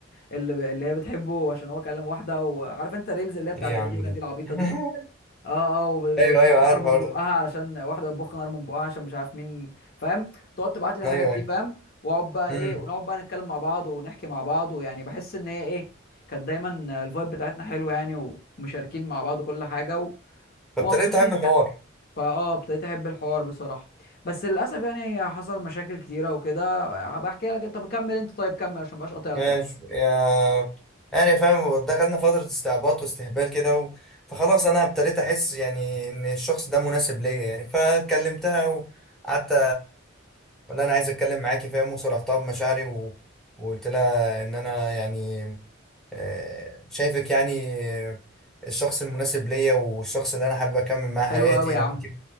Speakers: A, on the left; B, in the centre.
A: اللي, اللي هي بتحبه عشان هو كلم واحده وعارف انت الريلز اللي هي بتاعت
B: ايه يا عم
A: الغيره
B: ده
A: دي العبيطه
B: <laughs>
A: دي اه اه وبتبخ
B: ايوه ايوه عارف
A: نار
B: الحوار
A: من بقها
B: ده
A: علشان واحده بتبخ نار من بقها عشان مش عارف مين فاهم تقعد تبعت لي الحاجات
B: ايوه ايوه
A: دي فاهم واقعد بقى
B: امم
A: ايه ونقعد بقى نتكلم مع بعض ونحكي مع بعض ويعني بحس ان هي ايه كانت دايما الفايب بتاعتنا حلوه يعني ومشاركين مع بعض كل حاجه و... ومبسوطين
B: فابتديت احب الحوار
A: يعني فاه ابتديت احب الحوار بصراحه بس للاسف يعني هي حصل مشاكل كتيره وكده هبقى احكي لك انت كمل انت طيب كمل عشان مبقاش قطعتك
B: ماشي
A: بس
B: يا يعني فاهم دخلنا فترة استعباط واستهبال كده و... فخلاص انا ابتديت احس يعني ان الشخص ده مناسب ليا يعني فكلمتها وقعدت ولا انا عايز اتكلم معاكي فاهم وصرحتها بمشاعري و... وقلت لها ان انا يعني آه، شايفك يعني آه، الشخص المناسب ليا والشخص اللي انا حابب اكمل معاه
A: حلو
B: حياتي
A: قوي يا
B: لو
A: عم
B: انت